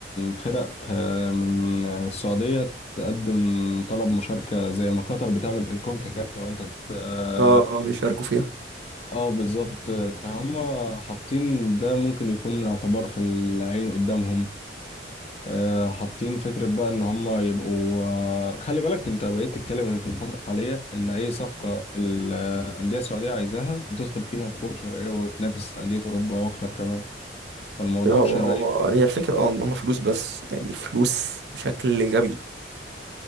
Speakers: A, on the left; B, on the right.
A: فرق آه، من السعودية تقدم طلب مشاركة زي ما قطر بتعمل في الكونكاكاف لو أنت ت- اه
B: اه اه بيشاركوا فيها
A: آه، بالظبط فهم حاطين ده ممكن يكون اعتبار في العين قدامهم آه، حاطين فكرة بقى إن هم يبقوا آه، خلي بالك أنت بقيت تتكلم إن في الفترة الحالية إن أي صفقة الأندية السعودية عايزاها بتدخل فيها بقوة شرعية وتنافس أندية أوروبا وأكتر كمان فالموضوع
B: هو
A: شرعي
B: هو هي الفكرة اه ان هم فلوس بس يعني فلوس بشكل غبي